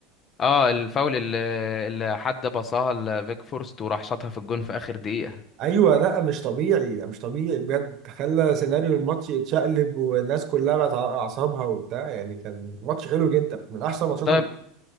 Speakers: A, on the left; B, on the right.
A: اه الفاول اللي, اللي حد بصاها لفيج فورست وراح شاطها في الجون في اخر دقيقه
B: ايوه لا مش طبيعي لا مش طبيعي بجد خلى سيناريو الماتش يتشقلب والناس كلها بقت على اعصابها وبتاع يعني كان ماتش حلو جدا من احسن ماتشات
A: طيب